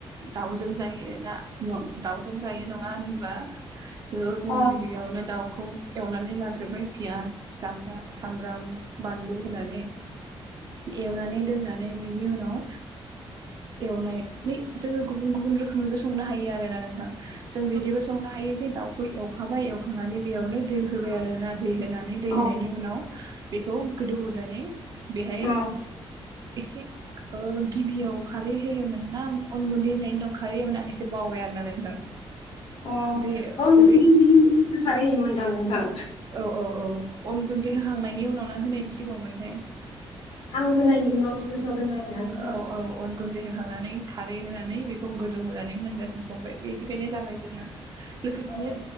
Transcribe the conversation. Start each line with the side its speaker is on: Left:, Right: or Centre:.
Right: दाउजों जायोना दाउजों जायो नङा
Left: अ
Right: होनब्ला बेयाव जों
Left: अ
Right: गिबियावनो दाउखौ एवनानै लाग्रोबाय पियास। सामबाम सामब्राम बानलु होनानै एवनानै दोननानै बेनि उनाव एवनानै जोङो गुबुन गुबुन रोखोमैबो संनो हायो आरोना नों थां जों बिदिबो संनो हायो जे दाउखौ एवखाबाय एवखांनानै बेयावनो दै होबाय आरोना दै होनानै दै
Left: अ
Right: होनायनि उनाव बेखौ गोदौहोनानै बेहाय
Left: अ
Right: एसे गिबियाव खारै होयोमोन ना अन गुन्दै होनाय उनाव खारै होयोमोन आं एसे बावबाय आरोना नोंथां।
Left: अ
Right: बे
Left: अन
Right: बे
Left: खारै होयोमोनदां नोंथां।
Right: औ औ औ अन गुन्दै होखांनायनि उनाव ना होनायनि सिगाङाव मोनथाय?
Left: आं होनायनि उनावसो गोसोआव दङ आरोना नोंथां।
Right: औ औ अन गुन्दै होखांनानै खारै होनानै बेखौ गोदौहोनानै मोनजासिम संबाय बेनिखायनो जाबाय जोंना लोगोसेनो
Left: अ